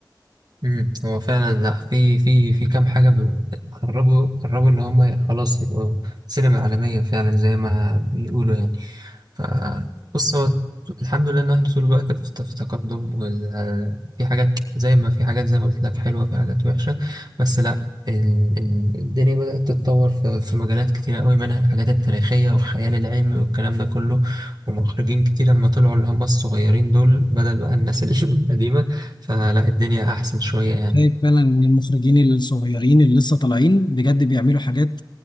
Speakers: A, on the right; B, on the left.
A: مم. هو فعلا لا في في في كام حاجة ب- قربوا قربوا إن هم خلاص يبقوا سينما عالمية فعلا زي ما بيقولوا يعني ف بص هو الحمد لله إن إحنا طول الوقت في في تقدم وال... في حاجات زي ما في حاجات زي ما قلت لك حلوة في حاجات وحشة بس لا ال- ال- الدنيا بدأت تتطور في في مجالات كتيرة قوي منها الحاجات التاريخية والخيال العلمي والكلام ده كله ومخرجين كتير لما طلعوا اللي هم الصغيرين دول بدل بقى الناس <laughs> القديمة فلا الدنيا أحسن شوية يعني
B: شايف فعلا إن المخرجين الصغيرين اللي لسه طالعين بجد بيعملوا حاجات